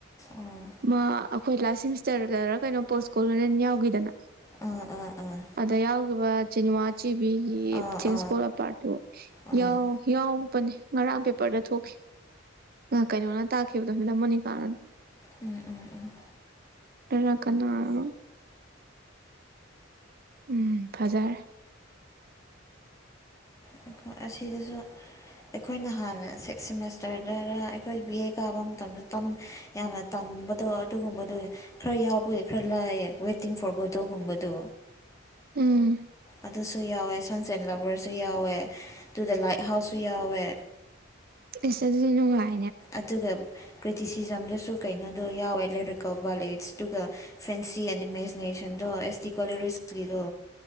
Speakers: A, on the left; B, on the right.
A: ꯑꯥ
B: ꯃꯥ ꯑꯩꯈꯣꯏ ꯂꯥꯁ ꯁꯤꯦꯃꯤꯁꯇꯔꯗꯔ ꯀꯩꯅꯣ ꯄꯣꯁ ꯀꯣꯂꯅꯦꯟ ꯌꯥꯎꯈꯤꯗꯅ
A: ꯑꯥ ꯑꯥ ꯑꯥ
B: ꯑꯗ ꯌꯥꯎ ꯆꯅꯤꯆꯦ ꯒꯤ
A: ꯑꯥ
B: ꯊꯤꯟꯁꯄꯣꯂ
A: ꯑꯥ
B: ꯄꯥꯠꯣ
A: ꯑꯥ
B: ꯌꯥꯎ ꯌꯥꯎ ꯅꯤ ꯉꯔꯥꯡ ꯄꯦꯄꯔꯗ ꯊꯣꯛꯈꯤ ꯀꯩꯅꯣꯅ ꯇꯥꯈꯤꯕꯗꯣ ꯃꯦꯗꯥꯝ ꯃꯣꯅꯤꯀꯥꯅ
A: ꯎꯝ ꯎꯝ ꯎꯝ
B: ꯔ ꯀꯅꯥꯣ ꯎꯝ ꯐꯖꯔ
A: ꯑꯩꯣꯏ ꯑꯁꯤꯗꯁꯨ ꯑꯩꯈꯣꯏꯅ ꯍꯥꯟꯅ ꯁꯤꯛꯁ ꯁꯦꯃꯦꯁꯇꯔꯗ ꯑꯩꯈꯣꯏ ꯕꯤ ꯑꯦ ꯀꯥꯕ ꯃꯇꯝꯗ ꯌꯥꯝꯅ ꯇꯝꯃꯤ ꯕꯗꯣ ꯑꯗꯨꯒꯨꯝꯕꯗꯣ ꯈꯔ ꯌꯥꯎꯕꯦ ꯈꯔ ꯂꯥꯏꯑ ꯋꯦꯇꯤꯡ ꯐꯣꯔ ꯒꯣꯗꯣꯒꯨꯝꯕꯗꯣ
B: ꯎꯝ
A: ꯑꯗꯨꯁꯨ ꯌꯥꯎꯋꯦ ꯁꯟꯁ ꯑꯦꯟ ꯂꯚꯔꯁꯨ ꯌꯥꯎꯋꯦ ꯑꯗꯨꯒ ꯗ ꯂꯥꯏꯠ ꯍꯥꯎꯁꯁꯨ ꯌꯥꯎꯋꯦ
B: <inaudible> ꯏꯁꯁꯗꯤꯔꯤꯅꯨꯡꯥꯏ
A: ꯑꯗꯨꯒꯒ ꯀ꯭ꯔꯤꯇꯤꯁꯤꯖꯝꯗꯁꯨ ꯀꯩꯅꯣꯗꯣ ꯌꯥꯎꯋꯦ ꯑꯦꯂꯦꯛꯇ꯭ꯔꯤꯀꯜ ꯚꯂꯦꯠꯁ ꯑꯗꯨꯒ ꯐꯦꯟꯁꯤ ꯑꯦꯟ ꯏꯃꯦꯖꯤꯅꯦꯁꯟ ꯑꯗꯣ ꯑꯦꯁ ꯇꯗꯤ ꯀꯣꯂꯦꯔꯤꯁꯀꯤꯗꯣ